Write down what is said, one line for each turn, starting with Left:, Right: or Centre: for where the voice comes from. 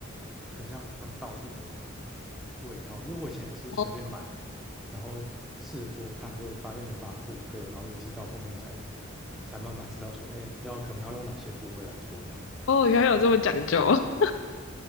Centre: 很像他们道地的味道，因为我以前也是随便买，
Left: 哦
Centre: 然后试着做做看，就发现没办法复刻，然后也是到后面才才慢慢知道说，哎，要可能要用哪些部位来做这样子，
Left: 哦，原来有这么讲究！<laughs>